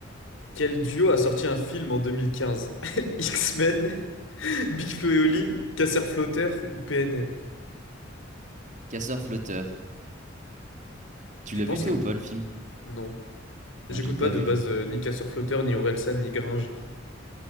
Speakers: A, on the left; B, on the right.
A: Quel duo a sorti un film en deux mille quinze <laughs> X-Men, Big Flo et Oli, Casseur Flotteur ou PNL?
B: Casseur-flotteur. Tu
A: Tu
B: l'as
A: penses
B: vu, toi,
A: que...
B: ou pas, le film?
A: Non. J'écoute
B: Moi, je l'ai pas
A: pas de
B: vu.
A: base euh, ni Casseur Flotteur, ni Orelsan, ni Gringe.